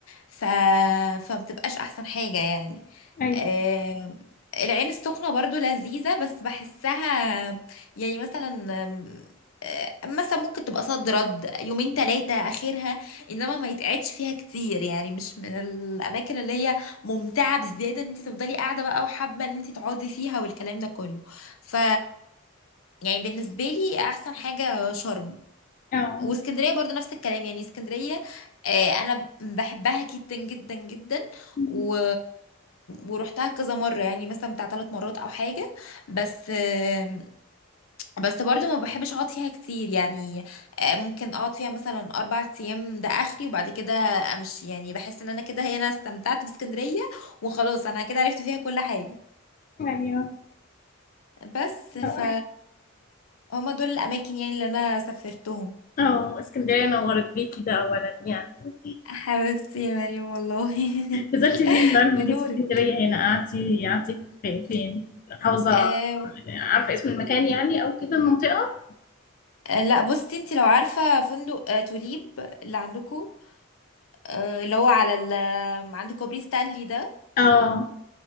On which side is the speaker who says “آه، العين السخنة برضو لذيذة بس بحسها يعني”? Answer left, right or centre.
Left